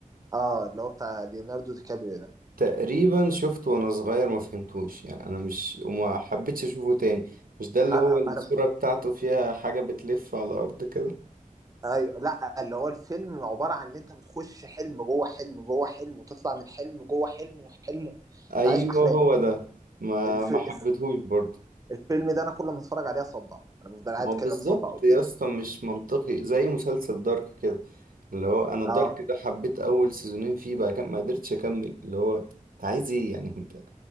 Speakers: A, on the right; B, on the right.
A: اه اللي هو بتاع ليوناردو دي كابريو ده
B: تقريبا شفته وانا صغير ما فهمتوش يعني انا مش وما حبيتش اشوفه تاني مش ده اللي
A: انا
B: هو
A: انا
B: الصورة بتاعته فيها حاجة بتلف على الارض كده
A: ايوه لا اللي هو الفيلم عباره عن ان انت بتخش حلم جوه حلم جوه حلم وتطلع من حلم جوه حلم وحلم
B: ايوه
A: انت عايش احلام
B: هو ده ما
A: الف...
B: ما
A: الف-
B: حبيتهوش برضه
A: الفيلم ده انا كل ما اتفرج عليه اصدع انا بفضل قاعد
B: ما هو
A: كده
B: بالظبط
A: بصدع قدام
B: يا اسطى مش منطقي زي مسلسل دارك كده اللي هو انا
A: اه
B: دارك ده حبيت اول سيزونين فيه بعد كده ما قدرتش اكمل اللي هو انت عايز ايه يعني <laughs> انت